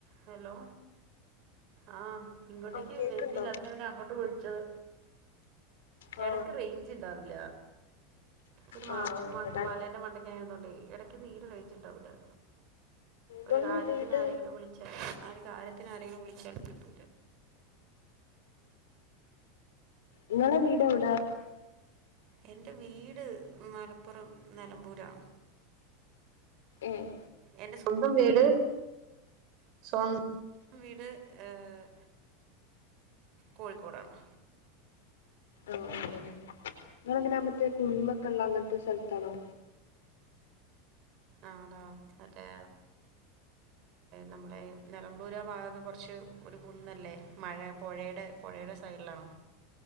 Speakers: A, on the right (about 55°); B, on the left (about 75°).
A: Hello ആഹ് ഇങ്ങോട്ടേക്ക്
B: ആ കേൾക്കുന്നുണ്ടോ
A: വരുന്നില്ലഞ.. അങ്ങോട്ട് വിളിച്ചത്
B: ആ
A: എടക്ക് റേഞ്ച്ണ്ടാവില്ല. ഒരു മ
B: ആ ഇവിടെ
A: മലേന്റെ മണ്ടയ്ക്ക ആയതൊണ്ടേ ഇടക്ക് തീരെ റയിച്ചിണ്ടോവൂല.. ഒരു
B: നിങ്ങളെ
A: കാര്യത്തിന്
B: വീട്
A: ആരെങ്കിലും വിളിച്ചാൽ ആ ഒരു കാര്യത്തിന് ആരെങ്കിലും വിളിച്ചാൽ കിട്ടു
B: ഇങ്ങളെ വീട് എവടാ?
A: എൻ്റെ വീട് മലപ്പുറം നെലമ്പൂരാ.
B: ഏഹ്
A: എന്റെ സ്വന്തം വീട് സ്വന്തം വീട് ഏഹ് കോഴിക്കോടാണ്.
B: ആഹ് അങ്ങനെ നിങ്ങളെ ങ്ങനെ ആ മത്തെ കുന്നൊക്കെള്ള അങ്ങനത്തെ സ്ഥലത്താണോ
A: ആതോ മറ്റേ നമ്മളെ നിലമ്പൂര ഭാഗമൊക്കെ കുറച്ച് ഒരു കുന്നല്ലേ മഴ പുഴയുടെ പുഴയുടെ സൈഡിലാണോ